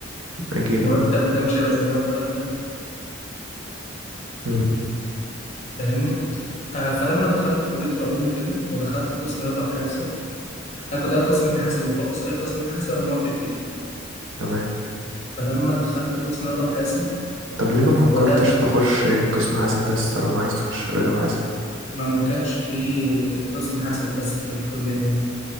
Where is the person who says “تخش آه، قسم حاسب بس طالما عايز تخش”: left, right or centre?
Right